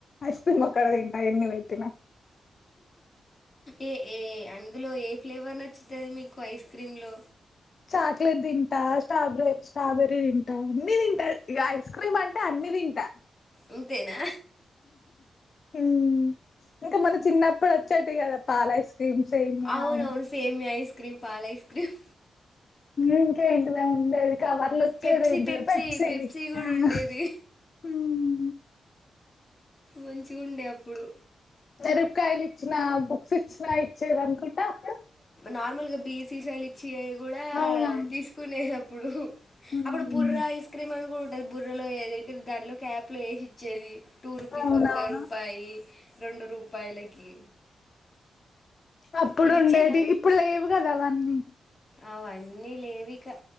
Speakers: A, on the left; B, on the left.
A: ఐస్ క్రీమ్ మ్మొక్కటిదింటా ఏన్ని పెట్టినా
B: ఏ ఏ అందులో ఏ ఫ్లేవర్ నచ్చుతాది మీకు ఐస్ క్రీమ్ లో
A: చాక్లెట్ తింటా స్ట్రాబ స్ట్రాబెర్రీ తింటా అన్ని తింటా ఇ ఐస్ క్రీమ్ అంటే అన్ని తింటా
B: అంతేనా
A: ఉమ్ ఇంకా మన చిన్నప్పుడు వచ్చేటివి కదా పాల ఐస్ క్రీమ్స్ సేమియా
B: అవునవును
A: అని
B: సేమియా ఐస్ క్రీమ్ పాల ఐస్ క్రీమ్
A: ఇంకేంటివో ఉండేది కవర్లు వచ్చేది
B: పెప్సీ
A: ఏంటిద
B: పెప్సీ
A: పెట్సి
B: పెప్సీ కూడా
A: ఉమ్
B: ఉండేది
A: ఉమ్
B: మంచిగా ఉండే అప్పుడు
A: ఎరుపుకాయలు ఇచ్చినా బుక్స్ ఇచ్చినా ఇచ్చేవి అనుకుంటా అప్పుడు
B: నార్మల్ గా బిర్ సీసలు ఇచ్చి కూడా
A: అవునా
B: తీసుకునేది. అప్పుడు
A: ఉమ్
B: అప్పుడు బుర్ర ఐస్ క్రీమ్ అని కూడా ఉంటది. బుర్రలో ఏదైటిది దానిలో క్యాప్ లో ఏసిచ్చేది. టూ రూపీ,
A: అవునవును
B: ఒక్క రూపాయి, రొండు రూపాయలకి.
A: అప్పుడుండేటివి.
B: మీకు ఇచ్చేదా
A: ఇప్పుడు లేవు కదా అవన్నీ.
B: అవన్నీ లేవిక.